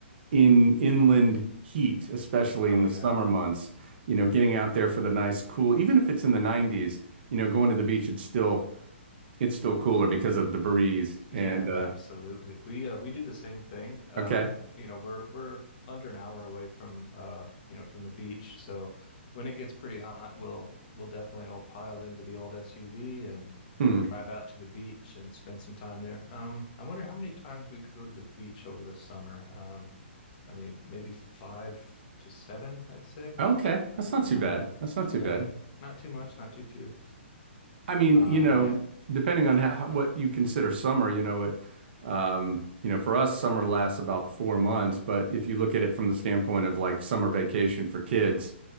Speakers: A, on the right (about 55°); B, on the left (about 40°).
A: in inland heat, especially
B: Oh,
A: in
B: yeah.
A: the summer months. You know, getting out there for the nice cool, even if it's in the 90s. You know, going to the beach, it's still it's still cooler because of the breeze.
B: Yeah,
A: And uh,
B: absolutely. We uh, we do the same thing. Um,
A: okay,
B: you know, we're we're under an hour away from uh, you know, from the beach. So when it gets pretty hot, we'll we'll definitely all pile into the old SUV and
A: hmm,
B: drive out to the beach and spend some time there. Um, I wonder how many times we go to the beach over the summer. Um, I mean, maybe five to seven, I'd say.
A: okay, that's not too
B: Uh,
A: bad. That's not
B: yeah,
A: too bad.
B: not too much, not too few.
A: I mean,
B: Uh,
A: you know,
B: yeah,
A: depending on how, what you consider summer, you know, it, um, you know, for us, summer lasts about four months. But if you look at it from the standpoint of like summer vacation for kids